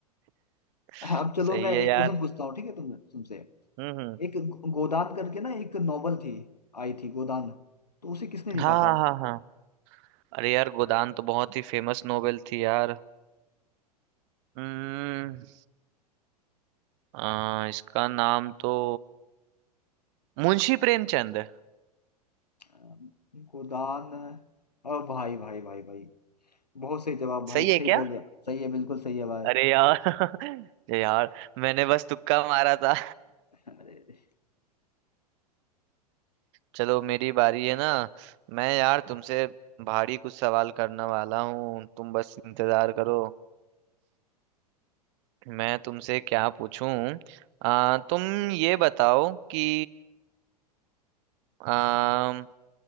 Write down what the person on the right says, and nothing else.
<laughs>
सही
है
यार
हम्म हम्म
हाँ हाँ
हाँ हाँ अरे यार गोदान तो बहुत ही फेमस नोवेल थी यार हम्म आ, इसका नाम तो मुंशी प्रेमचंद है।
सही है
क्या
अरे यार <laughs> अरे यार मैंने बस तुक्का मारा था
चलो मेरी बारी है ना मैं यार तुमसे भारी कुछ सवाल करने वाला हूँ तुम बस इंतजार करो मैं तुमसे क्या पूछूं आ, तुम ये बताओ कि आ,